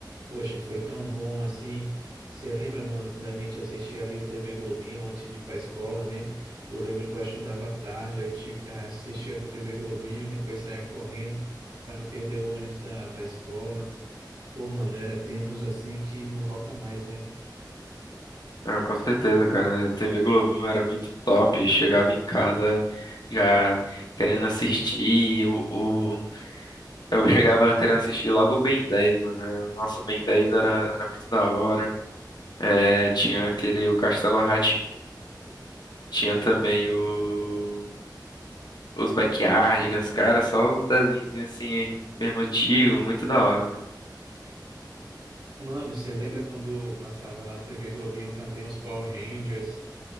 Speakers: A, on the right; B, on the left.
A: Poxa, foi tão bom assim. Você lembra, mano, quando a gente assistia ali o TV Globinho antes de ir pra escola, né? Eu lembro que eu estudava à tarde, aí ti- aí assistia o TV Globinho e depois saía correndo pra não perder o ônibus da, da escola. Pô, mano, era tempos assim que não volta mais, né?
B: Ah, com certeza, cara. A TV Globinho era muito top. Chegava em casa já querendo assistir. O, o- Eu chegava querendo assistir logo o Ben 10, mano. Nossa, o Ben 10 era, era muito da hora. É, tinha aquele, o Castelo rá tinha também o. os backyardigans, cara, só os desenhinhos assim, mesmo antigo, muito da hora, mano.
A: Mano, você lembra quando passava na TV Globinho também os Power Rangers,